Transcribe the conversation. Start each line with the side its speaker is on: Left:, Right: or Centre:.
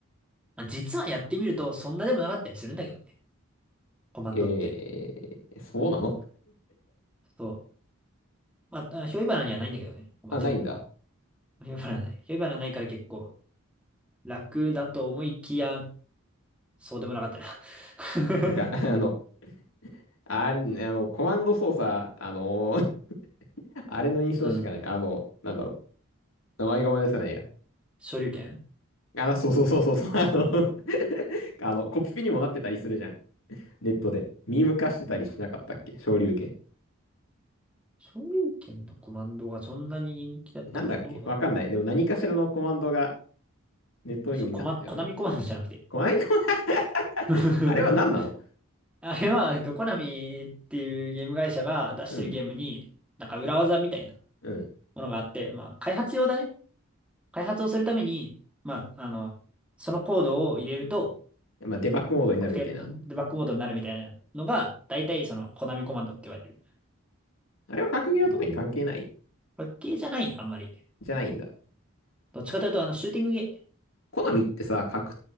Centre: まあ実はやってみると、そんなでもなかったりするんだけどね。コマンドって。
Left: えー、そうなの
Centre: そう。まあ、あひょいばなにはないんだけどね。コマンド。
Left: あ、ないんだ。
Centre: <laughs> ひょいばなない。ひょいばなないから結構楽だと思いきや、そうでもなかったな
Left: なんか、<laughs> あの、あれ、あの、コマンド操作、あのー <laughs> あれの印象しかない。
Centre: <laughs> うん。
Left: あの、なんだろう。名前が思い出せないや。
Centre: 昇竜拳
Left: あの、そうそうそうそうそう。あの <laughs> あの、コピペにもなってたりするじゃん。ネットで。ミーム化してたりしなかったっけ昇竜拳。
Centre: 昇竜拳のコマンドがそんなに人気だったかなどうだろう。
Left: なんだっけわかんない。でも何かしらのコマンドがネットミームになってたよね。
Centre: そう、コマ、コナミコマンドじゃなくて。
Left: コマンド、<laughs>
Centre: <laughs>
Left: あれは何なの
Centre: あれは、えっと、コナミっていうゲーム会社が出してるゲームに、
Left: うん、
Centre: なんか裏技みたいな
Left: うん。
Centre: ものがあって、まあ、開発用だね。開発をするために、まあ、あの、そのコードを入れると、
Left: まあ、デバッグモードになるみたいな。
Centre: あの特定のデバッグモードになるみたいなのが、大体そのコナミコマンドって言われる。
Left: あれは格ゲーは特に関係ない
Centre: ねパッケージじゃないね、あんまり。
Left: じゃないんだ。
Centre: どっちかというと、
Left: こ、
Centre: あの、シューティングゲー、
Left: コナミってさ、格